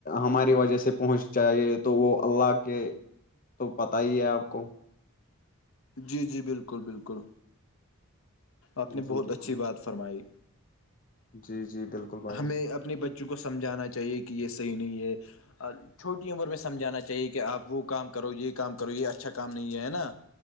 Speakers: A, on the left; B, on the left.
A: ہماری وجہ سے پہنچ جاہیے تو وہ اللہ کے تو پتا ہی ہے آپ کو
B: جی جی بالکل بالکل آپ نے
A: جی
B: بہت
A: بالکل
B: اچھی بات فرمائی
A: جی جی بالکل بھائی
B: ہمیں اپنے بچوں کو سمجھانا چاہیے کہ یہ صحیح نہیں ہے چھوٹی عمر میں سمجھانا چاہیے کہ آپ وہ کام کرو یہ کام کرو یہ اچھا کام نہیں ہے نا